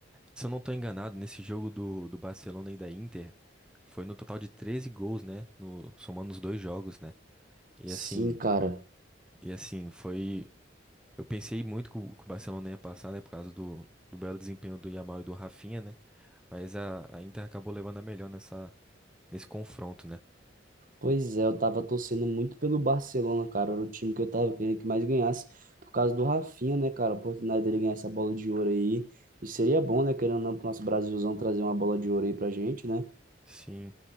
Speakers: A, in the centre; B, on the right.
A: se eu não tô enganado, nesse jogo do, do Barcelona e da Inter, foi no total de 13 gols, né? No, somando os dois jogos, né? E
B: Sim,
A: assim,
B: cara.
A: e assim, foi. Eu pensei muito que o, que o Barcelona ia passar, né? Por causa do, do belo desempenho do Yamal e do Rafinha, né? Mas a, a Inter acabou levando a melhor nessa, nesse confronto, né?
B: Pois é, eu tava torcendo muito pelo Barcelona, cara. Era o time que eu tava querendo que mais ganhasse por causa do Rafinha, né, cara? A oportunidade dele ganhar essa bola de ouro aí. E seria bom, né, querendo ou não, pro nosso Brasilzão trazer uma bola de ouro aí pra gente, né?
A: Sim.